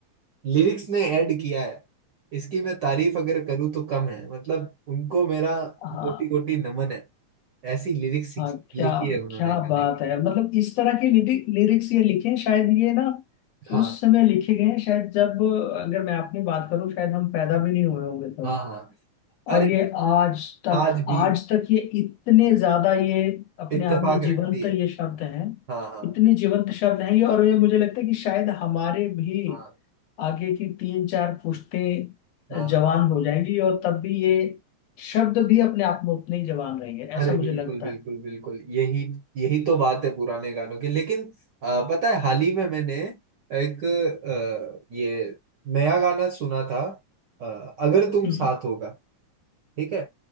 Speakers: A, on the right; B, on the left.
A: लिरिक्स ने ऐड किया है इसकी मैं तारीफ अगर करूँ तो कम है मतलब उनको मेरा
B: है हाँ
A: कोटि कोटि नमन है ऐसी लिरिक्स
B: हाँ क्या
A: लिखी है उन्होंने
B: क्या
A: गाने
B: बात
A: की
B: है यार मतलब इस तरह के लिरिक्स ये लिखे हैं, शायद ये ना
A: हाँ
B: उस समय लिखे गए हैं शायद जब अगर मैं अपनी बात करूं शायद हम पैदा भी नहीं हुए होंगे तब
A: हाँ हाँ अरे
B: और ये आज तक
A: आज भी
B: आज तक ये इतने ज्यादा ये अपने
A: इत्तेफाक
B: आप में जीवंत
A: रखती है
B: ये शब्द हैं
A: हाँ हाँ
B: इतने जीवंत शब्द हैं ये और ये मुझे लगता है कि शायद हमारे भी
A: हाँ
B: आगे की तीन चार पुश्तें
A: हाँ
B: जवान हो जाएंगी और तब भी ये शब्द भी अपने आप में उतने ही जवान रहेंगे
A: अरे
B: ऐसा मुझे
A: बिल्कुल
B: लगता
A: बिल्कुल
B: है
A: बिल्कुल यही यही तो बात है पुराने गानों की लेकिन अ, पता है हाल ही में मैंने एक अ, ये नया गाना सुना था अ, अगर तुम
B: हम्म,
A: साथ होगा ठीक है